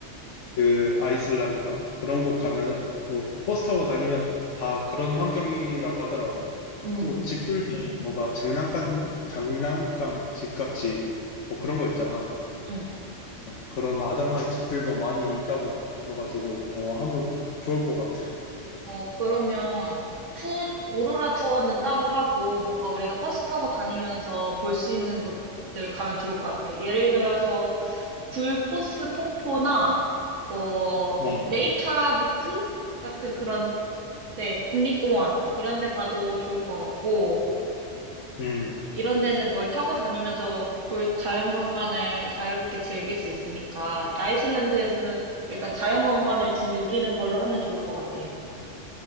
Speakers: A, on the left; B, on the right.
A: 그 아이슬란드나 그런 곳 가면은 뭐 버스 타고 다니면 다 그런 환경이라고 하더라고.
B: 응,
A: 또 집들도 네. 뭔가 장난감 장난감 집같이 뭐 그런 거 있잖아.
B: 응.
A: 그런 아담한 집들도 많이 있다고 들어가지고 뭐 하면 좋을 것 같아.
B: 어, 그러면 투어, 오로라 투어는 따로 하고 뭔가 우리가 버스 타고 다니면서 볼 수 있는 곳들 가면 좋을 것 같아. 예를 들어서 굴포스 폭포나 뭐
A: 어. 네.
B: 레이캬비크 같은 그런 데 국립공원 이런 데 봐도 좋을 것 같고
A: 음.
B: 이런 데는 뭘 타고 다니면서 볼- 자연경관을 자유롭게 즐길 수 있으니까 아이슬란드에서는 일단 자연경관을 즐기는 걸로 하면 좋을 것 같아.